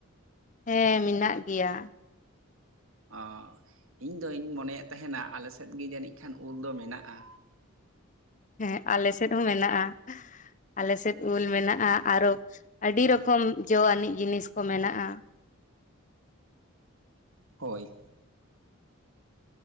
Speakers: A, on the left (about 35°); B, on the right (about 70°).
A: ᱦᱮᱸ ᱢᱮᱱᱟᱜ ᱜᱮᱭᱟ᱾
B: ᱚ ᱤᱧ ᱫᱩᱧ ᱢᱚᱱᱮᱭᱮᱫ ᱛᱟᱦᱮᱱᱟ ᱟᱞᱮ ᱥᱮᱫ ᱜᱮ ᱡᱟᱹᱱᱤᱡ ᱠᱷᱟᱱ ᱩᱞ ᱫᱚ ᱢᱮᱱᱟᱜ-ᱟ᱾
A: ᱦᱮᱸ ᱟᱞᱮ ᱥᱮᱫ ᱦᱚᱸ ᱢᱮᱱᱟᱜ-ᱟ ᱟᱞᱮ ᱥᱮᱫ ᱩᱞ ᱢᱮᱱᱟᱜ-ᱟ᱾ ᱟᱨᱚ ᱟᱹᱰᱤ ᱨᱚᱠᱚᱢ ᱡᱚ ᱟᱹᱱᱤᱡ ᱡᱤᱱᱤᱥ ᱠᱚ ᱢᱮᱱᱟᱜ-ᱟ᱾
B: ᱦᱳᱭ